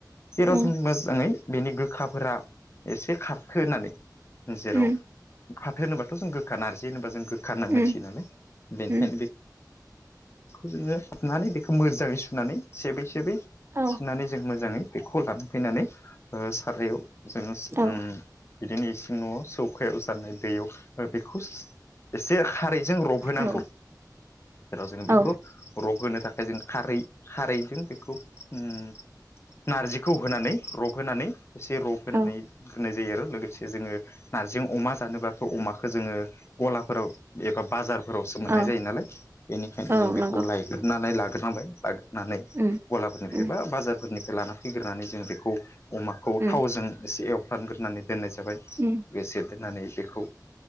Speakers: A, on the left; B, on the right.
A: जेराव
B: उम
A: जों मोजाङै बेनि गोखाफोरा एसे खारखो होननानै जेराव
B: उम
A: फाथो होनोबाथ' जों गो गोखा नारजि होनोबा जों गोखा होनना
B: उम
A: मिथियो नालाय बेनिखायनो
B: उम
A: बे बेखौ जोङो हाबनानै बेखौ मोजाङै सुनानै सेबै सेबै
B: औ
A: सुनानै जों मोजाङै बेखौ लान फैनानै सारायाव जोङो ओ
B: औ
A: बिदिनो इसिं न'आव सौखायाव जाननाय दैयाव बे एसे खारैजों रबहोनांगौ
B: औ
A: जेराव जोङो
B: औ
A: बेखौ रब होनो थाखाय जों खारै खारैजों बेखौ ओ नारजिखौ होनानै रब होनानै एसे रब होनानै
B: उम
A: होननाय जायो आरो लोगोसे जोङो नारजि अमा जानोब्लाथ' अमाखौ जोङो गलाफोराव एबा बाजारफोरावसो मोननाय
B: औ
A: जायो नालाय बेनिखायनो
B: औ
A: जों
B: नंगौ
A: बेखौ लायो लिरनानै लाग्रोनांबाय ला नानै
B: उम उम
A: गलाफोरनिफ्राय
B: उम
A: बा बाजारफोरनिफ्राय लाना फैग्रानै जों बेखौ अमाखौ
B: उम
A: थावजों एसे एवफ्रानग्रोनानै दोननाय जाबाय
B: ओ।
A: लोगोसे दोननानै बेखौ